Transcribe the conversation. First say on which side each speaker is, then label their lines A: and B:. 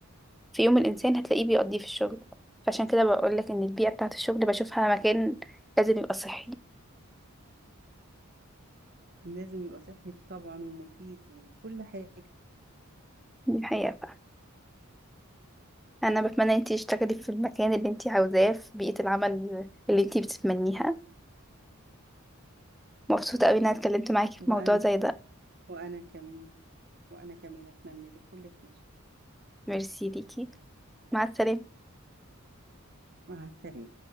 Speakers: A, in the centre; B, on the right.
A: في يوم الانسان هتلاقيه بيقضيه في الشغل فعشان كده بقولك ان البيئة بتاعة الشغل بشوفها مكان لازم يبقى صحي
B: لازم يبقى صحي طبعا ومفيد وكل حاجه
A: دي الحقيقة بقى انا بتمنى انتي تشتغلي في المكان اللي انتي عاوزاه في بيئة العمل اللي انتي بتتمنيها مبسوطة قوي ان انا اتكلمت معاكي في
B: وانا
A: موضوع زي ده
B: وانا كمان وانا كمان اتمنى لك كل خير
A: ميرسي ليكي مع السلامة
B: مع السلامه